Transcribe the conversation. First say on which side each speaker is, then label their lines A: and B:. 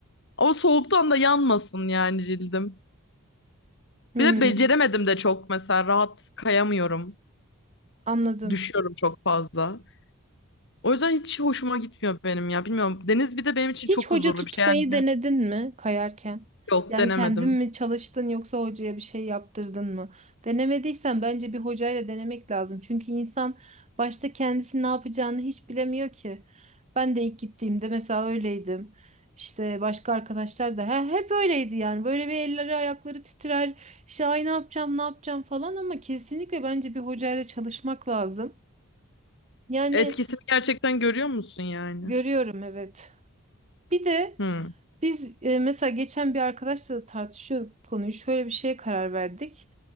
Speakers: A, on the left; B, on the right.
A: Ama soğuktan da yanmasın yani cildim.
B: Hmm,
A: Bir de beceremedim de çok mesela rahat kayamıyorum.
B: anladım.
A: Düşüyorum çok fazla. O yüzden hiç hoşuma gitmiyor benim ya. Bilmiyorum. Deniz bir de benim için
B: Hiç
A: çok
B: hoca
A: huzurlu
B: tutmayı
A: bir şey yani.
B: denedin mi kayarken?
A: Yok
B: Yani
A: denemedim.
B: kendin mi çalıştın yoksa hocaya bir şey yaptırdın mı? Denemediysen bence bir hocayla denemek lazım. Çünkü insan başta kendisi ne yapacağını hiç bilemiyor ki. Ben de ilk gittiğimde mesela öyleydim. İşte başka arkadaşlar da he, hep öyleydi yani. Böyle bir elleri ayakları titrer. İşte ay ne yapacağım ne yapacağım falan ama kesinlikle bence bir hocayla çalışmak lazım. Yani
A: Etkisini gerçekten görüyor musun yani?
B: görüyorum evet. Bir de
A: Hı.
B: biz e, mesela geçen bir arkadaşla da tartışıyorduk bu konuyu. Şöyle bir şeye karar verdik.